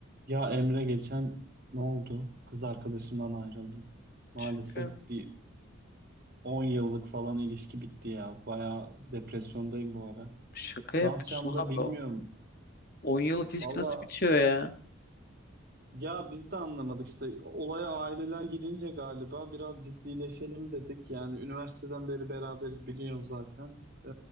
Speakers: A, on the right; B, on the left.
A: Ya Emre geçen ne oldu? Kız arkadaşımdan ayrıldım. Maalesef
B: Şaka,
A: bir 10 yıllık falan ilişki bitti ya. Baya depresyondayım bu ara.
B: şaka yapıyorsun
A: Ne yapacağımı da
B: abi.
A: bilmiyorum.
B: O 10 yıllık ilişki
A: Valla
B: nasıl bitiyor ya?
A: ya biz de anlamadık işte. Olaya aileler girince galiba biraz ciddileşelim dedik. Yani üniversiteden beri beraberiz biliyorum zaten. Ee,